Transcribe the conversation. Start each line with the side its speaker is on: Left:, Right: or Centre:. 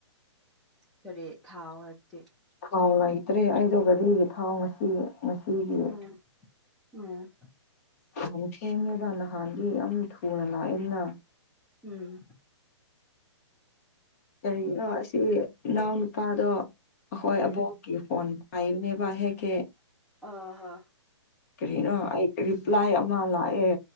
Centre: ꯈꯔꯦ ꯊꯥꯎ ꯍꯥꯗꯤꯦ
Left: ꯊꯥꯎ ꯂꯩꯇ꯭ꯔꯦ ꯑꯩꯗ ꯒꯥꯔꯤꯒꯤ ꯊꯥꯎ ꯉꯁꯤ ꯉꯁꯤꯒꯤ
Centre: ꯎꯝ ꯎꯝ
Left: ꯛ ꯊꯦꯡꯉꯦꯕ ꯅꯍꯥꯟꯗꯤ ꯌꯥꯝ ꯊꯨꯅ ꯂꯥꯛꯑꯦꯗꯅ
Centre: ꯎꯝ
Left: ꯀꯔꯤꯒꯤꯅꯣ ꯑꯁꯤ ꯏꯅꯥꯎ ꯅꯨꯨꯄꯥꯗꯣ ꯑꯩꯈꯣꯏ
Centre: ꯎꯝ
Left: ꯑꯕꯣꯛ ꯐꯣꯟ ꯄꯥꯏꯕꯅꯦꯕ ꯍꯦꯛꯒꯦ
Centre: ꯑꯍ
Left: ꯀꯔꯤꯅꯣ ꯑꯩ ꯔꯤꯄ꯭ꯂꯥꯏ ꯑꯃ ꯂꯥꯛꯑꯦ